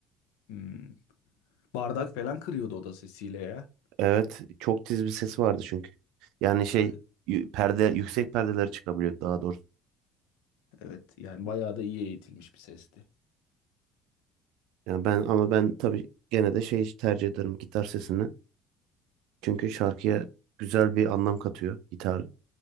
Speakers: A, on the left (about 80°); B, on the right (about 70°).
A: Hmm. Bardak falan kırıyordu o da sesiyle ya.
B: Evet, çok tiz bir sesi vardı çünkü. Yani şey
A: Evet,
B: yü- perde yüksek perdeleri çıkabiliyor daha doğrusu.
A: evet yani bayağı da iyi eğitilmiş bir sesti.
B: Yani ben ama ben tabii gene de şey tercih ederim gitar sesini. Çünkü şarkıya güzel bir anlam katıyor gitar.